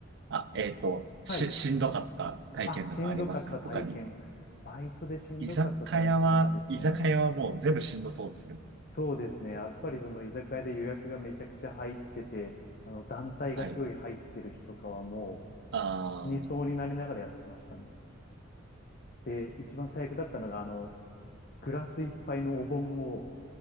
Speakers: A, on the right (about 60°); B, on the left (about 45°).
A: あ、えっと、
B: はい。
A: し、しんどかった体験なんかありますか他に。
B: あ、しんどかった体験。バイトでしんどかった体験はですね、
A: 居酒屋は、居酒屋はもう全部しんどそうですけど。
B: そうですね、やっぱりその居酒屋で予約がめちゃくちゃ入ってて、あの団体がすごい入ってる日とかはも
A: はい。ああ
B: う死にそうになりながらやってましたね。で、一番最悪だったのが、あの、グラス一杯のお盆を